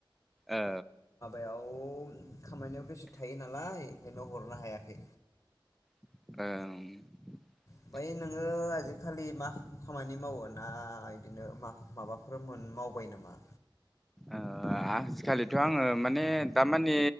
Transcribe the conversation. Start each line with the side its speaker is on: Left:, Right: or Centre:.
Centre: औ
Left: औ खामानिनाययाव बेसथ' थायो नालाय ओंखायनो हरनो हायाखै
Centre: औ
Left: ओमफ्राय नोङो आजिखालि मा खामानि मावो ना बिदिनो माबाफोर मावबाय नामा?
Centre: ओ आजिखालिथ' आङो माने थमाने